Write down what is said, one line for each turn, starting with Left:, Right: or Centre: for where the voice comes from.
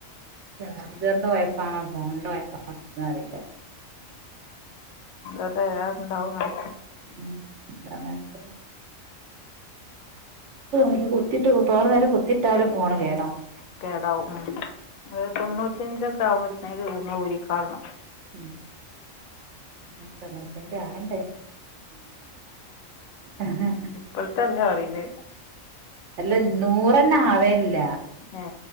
Right: ചാർജറിന്റെ വായ്പാണോ ഫോണിന്റെ വയ്പാണോന്ന അറിയില്ല.
Left: അതരേ എണ്ടൗന്നാർ
Right: ഉം ബമർക്ക <unintelligible> അത് കുത്തിട്ട് തോന നേരം കുത്തിട്ടാലും ഫോണ് കേടാണ്.
Left: കേടാവും ഒരു തൊണ്ണൂറ്റിയ അഞ്ചൊക്കെ ആവുമ്പോത്തനേക്ക ഉരിക്കാറണം.
Right: ഉം ന് തൊണ്ണൂറ്റഞ്ച് ആണ്ടേ. ആ <unintelligible>
Left: പുൾത്തെല്ല പറീണ്.
Right: അല്ല നൂറന്ന് ആവേല്ല
Left: ഏ